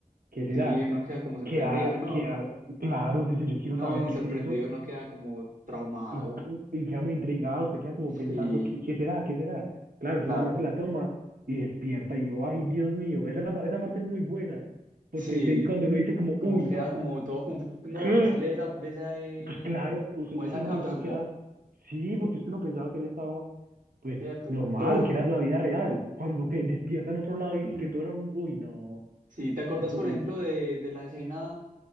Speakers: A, on the right; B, on the right.
A: ¿qué será?
B: sí, uno queda como sorprendido,
A: Que, a-
B: no,
A: que, a- claro, usted dice, yo quiero
B: no,
A: saber
B: ni
A: qué
B: sorprendido,
A: se hizo.
B: uno queda como traumado,
A: Y, y queda muy intrigado, usted queda como
B: sí,
A: pensando, ¿qué, qué será? ¿Qué será? Claro,
B: claro,
A: entonces además se la toma y despierta. Y yo, ay, Dios mío, esa, es la, pa- esa parte es muy buena. Porque
B: sí.
A: se- cuando uno dice como,
B: como
A: uy,
B: queda como todo confuso, no,
A: ¿qué?
B: que sale de esa, de esa, eh,
A: Pues claro, o
B: como
A: sea, o
B: de esa
A: sea, uno
B: cápsula,
A: pensaba que era, sí, porque es que uno pensaba que él estaba, pues,
B: ¿cierto?
A: normal,
B: Pero
A: que era la vida real. Cuando que despierta en otro lado
B: <clears throat>
A: y que todo era un, uy, no,
B: si te acordás,
A: eso
B: por
A: sí
B: ejemplo,
A: es,
B: de, de la escena